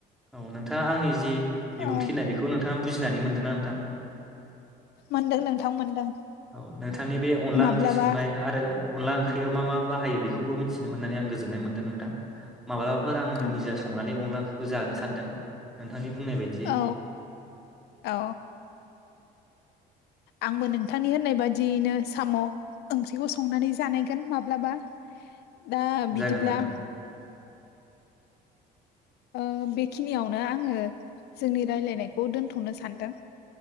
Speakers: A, in the centre; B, on the left.
A: औ नोंथाङा आंनि जि बिबुंथि
B: ओ
A: होननाय बेखौ नोंथां नोंथाङा बुजिनानै मोनदों ना नोंथां।
B: मोनदों नोंथां मोनदों।
A: औ नोंथांनि बे अनला
B: माब्लाबा
A: ओंख्रि संनाय आरो अनला ओंख्रियाव मा मा बाहायो बेखौबो मिथिनो मोननानै आं गोजोननाय मोनदों नोंथां। माब्लाफोर आङो
B: औ
A: निजा संनानै अनला ओंख्रि जानो सानदों नोंथांनि बुंनाय बायदियै
B: औ औ औ आंबो नोंथांनि होननाय बादि जिनो साम' ओंख्रिखौ संनानै जानायगोन माब्लाबा दा बिदिब्ला
A: जागोन नोंथां
B: ओ बेखिनियावनो आङो जोंनि रायलायनायखौ दोनथ'नो सानदों।